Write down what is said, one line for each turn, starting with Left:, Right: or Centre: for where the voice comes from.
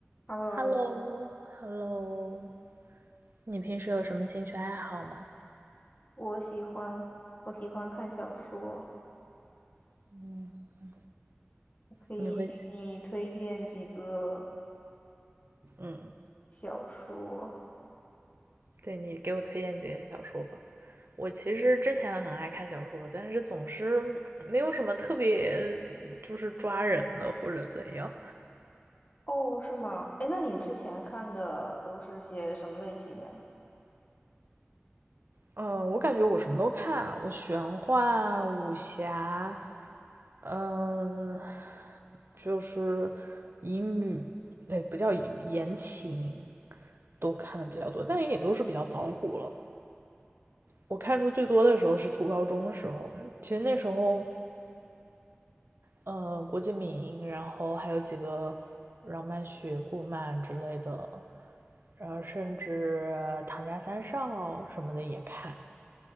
Left: Hello，
Right: Hello，Hello，你平时有什么兴趣爱好吗？
Left: 我喜欢我喜欢看小说，
Right: 嗯
Left: 我可以给你推荐几个
Right: 你会喜嗯，
Left: 小说。
Right: 对，你给我推荐几个小说吧。我其实之前很爱看小说，但是总是没有什么特别，就是抓人的或者怎样。
Left: 哦，是吗？哎，那你之前看的都是些什么类型呀？
Right: 嗯，我感觉我什么都看，我玄幻、武侠，嗯，就是乙女，哎，不叫乙女，言情都看的比较多，但也都是比较早古了。我看书最多的时候是初高中的时候，其实那时候，呃，郭敬明，然后还有几个饶曼雪、顾漫之类的，然后甚至唐家三少什么的也看，